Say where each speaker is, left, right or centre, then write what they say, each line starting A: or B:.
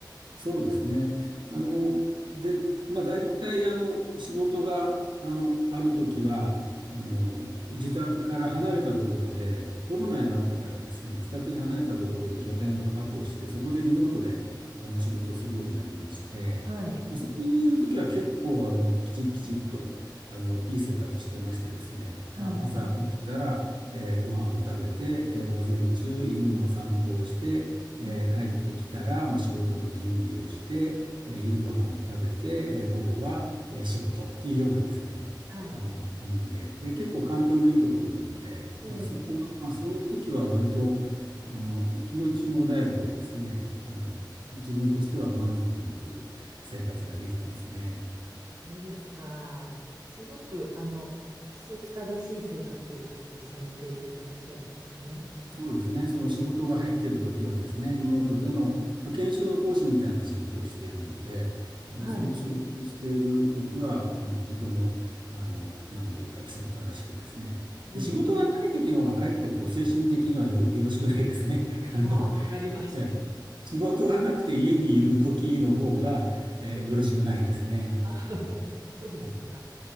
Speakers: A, on the right; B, on the right.
A: そうですね。あの、
B: うん。
A: で、まあ、大体、あの、仕事が、あの、あるときは、あの、自宅から離れたところで、コロナになってからですね、自宅に離れたところに拠点を確保して、そこでリモートで、あの、仕事をするようになりまして、
B: はい。
A: まあ、そこにいるときは結構、あの、きちっきちっと、あの、いい生活してましてですね、
B: はい。
A: まあ、朝起きたら、えーご飯を食べて、えー午前中、犬の散歩をして、
B: うん
A: えー帰ってきたら、まあ、仕事の準備をして、えー昼ご飯を食べて、
B: うん
A: えー午後は、えー仕事っていうようなですね、
B: はい。
A: あの、感じで。で、結構環境のいいところなんで、
B: で、
A: まあ、そこの、まあ、その時は割と、あの、気持ちも穏やかでですね、あの、自分としては満足のいく生活ができてますね。
B: あ、そうですか。すごく、あの、規則正しい生活をされていらっしゃるんですね。
A: そうですね。その仕事が入っているときはですね、リモートでの、まあ、研修の講師みたいな仕事をしているので、あの、
B: はい。
A: その仕事をしているときは、あの、とても、あの、なんというか規則正しくですね。
B: うん。
A: で、仕事がないときの方がかえってこう、精神的にはよ、よろしくないですね。<laughs> あの、
B: ああ、わかります。
A: ええ
B: <laughs>
A: 仕事がなくて家にいるときの方が、
B: はい。
A: えーよろしくないですね。
B: あー
A: あの、
B: <laughs> そうですか。
A: はい。